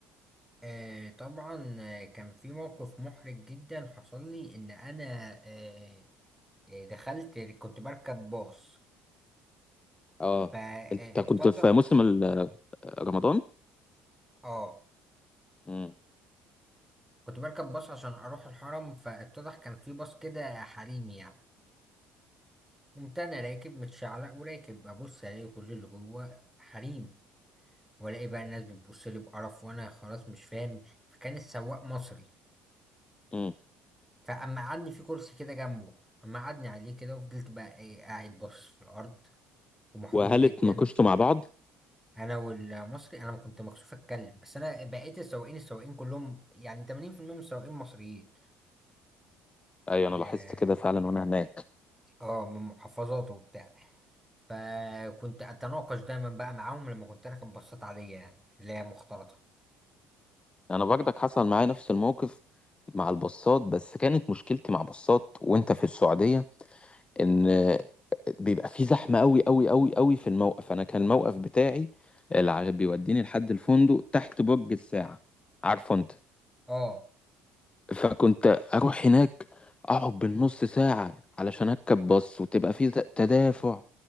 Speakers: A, in the centre; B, on the left (about 20°).
A: آه، طبعا آه، كان في موقف محرج جدا حصل لي ان انا آه، آه، دخلت كنت بركب باص
B: اه
A: فاتضح
B: انت كنت في موسم ال- رمضان
A: اه
B: امم
A: كنت بركب باص عشان اروح الحرم فاتضح كان في باص كده حريم يعني قمت انا راكب متشعلق وراكب ابص الاقي كل اللي جوه حريم والاقي بقى الناس بتبص لي بقرف وانا خلاص مش فاهم فكان السواق مصري
B: امم
A: فاما قعدني في كرسي كده جنبه اما قعدني عليه كده وفضلت بقى ايه قاعد باصص في الارض ومحروق
B: وهل
A: جدا
B: اتناقشتوا مع بعض
A: انا والمصري انا ما كنت مكسوف اتكلم بس انا بقيت السواقين السواقين كلهم يعني 80% من السواقين مصريين
B: ايوه
A: اه
B: انا لاحظت كده فعلا وانا هناك
A: آه، من محافظات وبتاع فكنت اتناقش دايما بقى معاهم لما كنت راكب باصات عاديه يعني اللي هي مختلطه
B: انا برضك حصل معايا نفس الموقف مع البصات بس كانت مشكلتي مع بصات وانت في السعودية ان بيبقى في زحمه قوي قوي قوي قوي في الموقف انا كان الموقف بتاعي اللي ع- بيوديني لحد الفندق تحت برج الساعه عارفه انت
A: اه
B: فكنت اروح هناك اقعد بالنص ساعه علشان اركب باص وتبقى في ت- تدافع